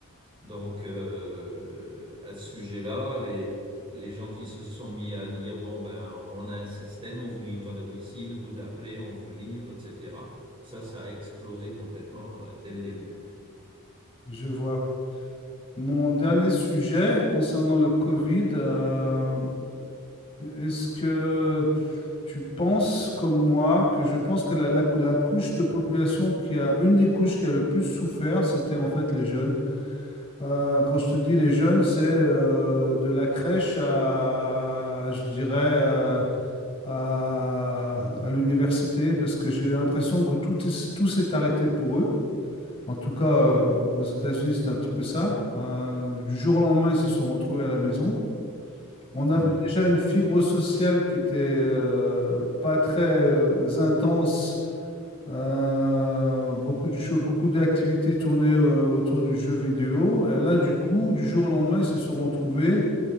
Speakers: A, on the right; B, on the left.
A: Donc, euh, à ce sujet-là, les, les gens qui se sont mis à dire, bon, ben, on a un système, on vous livre à domicile, vous appelez, on vous livre, etc. Ça, ça a explosé complètement euh, dès le début.
B: Je vois. Mon dernier sujet concernant le Covid, euh, est-ce que tu penses comme moi que je pense que la, la cou- la couche de population qui a, une des couches qui a le plus souffert, c'était en fait les jeunes. Euh, quand je te dis les jeunes, c'est euh, de la crèche à, je dirais, euh, à, à l'université parce que j'ai l'impression que tout, est- tout s'est arrêté pour eux. En tout cas, euh, aux États-Unis, c'est un petit peu ça. Euh, du jour au lendemain, ils se sont retrouvés à la maison. On avait
A: Mhm.
B: déjà une fibre sociale qui était euh, pas très euh, intense. Euh, beaucoup de choses, beaucoup d'activités tournées euh, autour du jeu vidéo. Et là, du coup, du jour au lendemain, ils se sont retrouvés